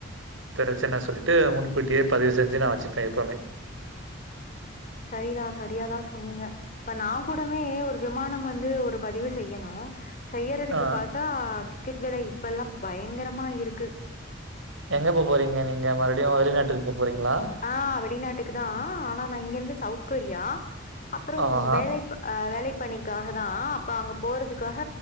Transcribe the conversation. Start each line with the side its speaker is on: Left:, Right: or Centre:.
Right: பிரச்சன சொல்லிட்டு முன்கூட்டியே பதிவு செஞ்சி நா வச்சுப்பே எப்பவுமே
Left: சரிதா சரியாதா சொன்னீங்க இப்ப நா கூடமே ஒரு விமானம் வந்து ஒரு பதிவு செய்யணு செய்யறதுக்கு
Right: ஆ
Left: பாத்தா டிக்கெட் வில இப்பல்லா பயங்கர த்தமா இருக்
Right: எங்க போ போறீங்க நீங்க மறுபிடியு வெளிநாட்டுக்கு போ போறீங்களா?
Left: ஆ வெளிநாட்டுக்கு தா ஆனா நா இங்கிருந்து சவுத் கொரியா அப்புறோ
Right: ஆஹா!
Left: வேலைப் வேலைப் பணிக்காக தா அப்ப அங்க போறதுக்காக